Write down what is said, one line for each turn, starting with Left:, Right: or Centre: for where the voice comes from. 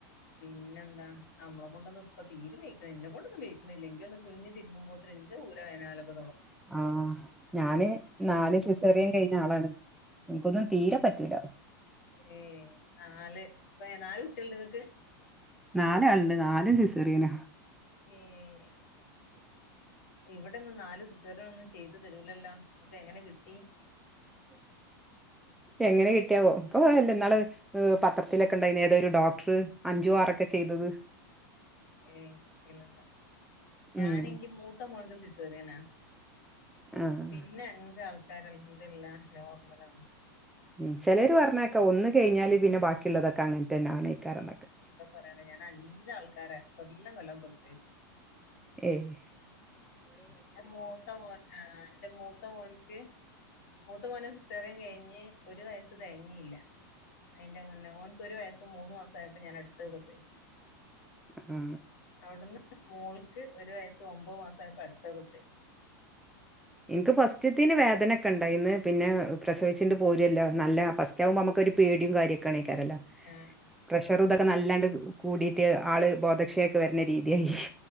Left: പിന്നെ എന്താ നമ്മളെ കൊണ്ടൊന്ന് ഇപ്പൊ തീര് വെയക്കണം എന്നെ കൊണ്ട് ഒന്ന് വെയ് കിന്നില്ലകുഞ്ഞ് തിരുമ്പുമ്പോ എൻ്റെ ഊര വേദനനാലുതുടങ്ങും
Centre: ആ ഞാന്ന് നാല്സിസറിയുംകഴിഞ്ഞ്
Left: പടച്ചോനെ
Centre: ന്ന ആളാണ് എന്നിക്കന്നും തീരെ പറ്റൂല്ല
Left: ഏ നാല് നാല് കുട്ടിയണ്ട്ങ്ങക്ക്
Centre: നാല ആളുണ്ട് നാലുംസിസറിയന
Left: ഏ ശരി ഇവിടെൊന്നും നാല് സിസേറിയൻ ഒന്നും ചെയ്തു തരൂല്ലല്ലോ എങ്ങനെ കിട്ടി
Centre: എങ്ങനെ കിട്ടിയാവോ അപ്പൊ അല്ല നാ പത്രത്തിലൊക്കെണ്ടായിുന്ന ഏതൊരു ഡോക്ടർ അഞ്ചു ആറൊക്കെ ചെയ്തത്.
Left: ഏ ഇച്ച് അറിയില്ല ട്ടോ ഞാൻ
Centre: ഉം
Left: എനിക്ക് മൂത്താ മൂത്ത മോൻക്ക്സിസേറിയനാ
Centre: ആഹ്
Left: പിന്നെ അഞ്ചാൽക്ക് കരു അല്ഹംന്തുലില്ലാ നോർമൽ ആണ്.
Centre: മ് ചെലെര് പറഞ്ഞേക്കെ ഒന്ന് കഴിഞ്ഞാല് പിന്നെ ബാക്കിയുള്ളതൊക്കെ അങ്ങനെ തന്നെ ആന്നൊക്കെ
Left: എന്താ പറയാണേഞാൻഅഞ്ചാ ആൾക്കാരെ കൊല്ലം കൊല്ലം പ്രസവിച്ചു.
Centre: ഏഹ്
Left: എന്റെ മൂത്തമോൻ ആഹ് എന്റെ മൂത്ത മോൻ തെ മൂത്തമോന് സിസേറിയൻ കഴിഞ്ഞ് ഒരു വയസ്സ് തെകഞ്ഞില്ല അതിന്റെ മുന്നേ ഓനക്ക് ഒരു വയസ് മൂന്ന് മാസആയപ്പോ ഞാനടുത്തെപ്രസവിച്ചു.
Centre: മ്മ്
Left: അവിടുന്ന് മോൾക്ക് ഒരു വയസ്സ് ഒമ്പത് മാസആയപ്പോ അടുത്തെ പ്രസവിച്ചു.
Centre: എൻക്ക് ഫാസ്റ്റത്തേന് വേദനെക്കെ ഉണ്ടായിന്ന് പിന്നെ പ്രസവിച്ചിട്ട് പോരില്ല നല്ല ഫസ്റ്റ് ക്കവുമ്പോ നമ്മക്കൊരുപേടിയും കാര്യക്കെണേക്കാരല്ലോ
Left: ആഹ്
Centre: പ്രഷറ് ഇതൊക്കെ നല്ലാണ്ട് കു കൂടിയിട്ട്ആള് ബോധക്ഷയൊക്കെ വരണരീതിയായി